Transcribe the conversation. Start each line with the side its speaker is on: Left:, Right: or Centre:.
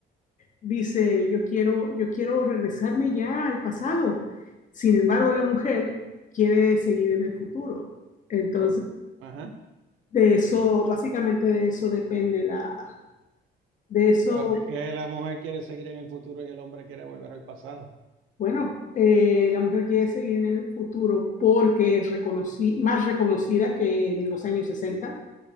Left: dice, yo quiero, yo quiero regresarme ya al pasado. Sin embargo, la mujer quiere seguir en el futuro. Entonces,
Right: Pero, ajá.
Left: de eso, básicamente de eso depende la, de
Right: ¿Y
Left: eso
Right: por qué la mujer quiere seguir en el futuro y el hombre quiere volver al pasado?
Left: Bueno, eh, la mujer quiere seguir en el futuro porque es reconoci- más reconocida que en los años 60,